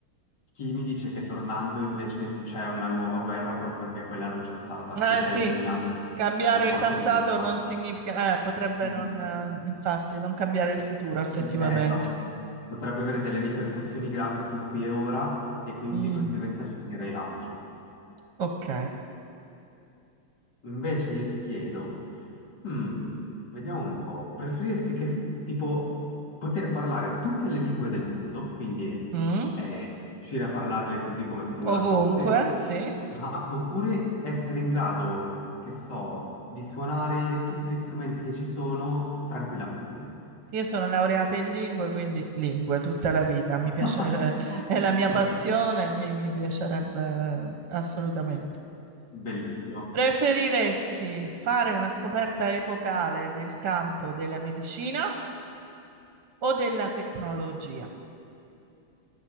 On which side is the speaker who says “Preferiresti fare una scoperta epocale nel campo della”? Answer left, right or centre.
Right